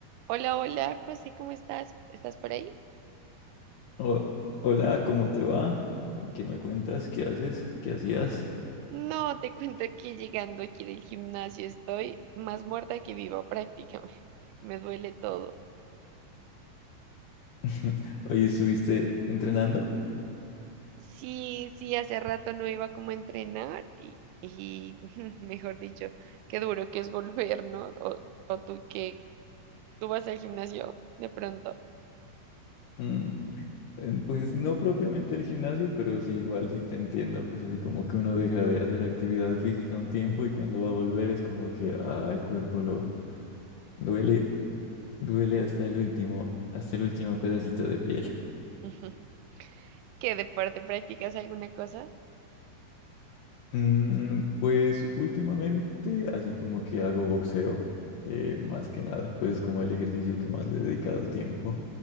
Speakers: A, on the right; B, on the left.
A: Hola, hola, José, ¿cómo estás? ¿Estás por ahí?
B: Ho- hola, ¿cómo te va? ¿Qué me cuentas? ¿Qué haces? ¿Qué hacías?
A: No, te cuento que llegando aquí del gimnasio estoy más muerta que viva prácticamente. <laughs> Me duele todo.
B: <laughs> Hoy estuviste entrenando.
A: Sí, sí, hace rato no iba como a entrenar y, y <laughs> mejor dicho, qué duro que es volver, ¿no? O, o tú que tú vas al gimnasio de pronto.
B: Mm, eh, pues no propiamente el gimnasio, pero sí igual, sí te entiendo. Pues así como que uno deja de hacer actividad física un tiempo y cuando va a volver es como que ah, el cuerpo lo duele, duele hasta el último, hasta el último pedacito de piel.
A: <laughs> ¿Qué deporte practicas alguna cosa?
B: Mm, pues últimamente, así como que hago boxeo, eh, más que nada, pues es como el ejercicio que más le he dedicado tiempo,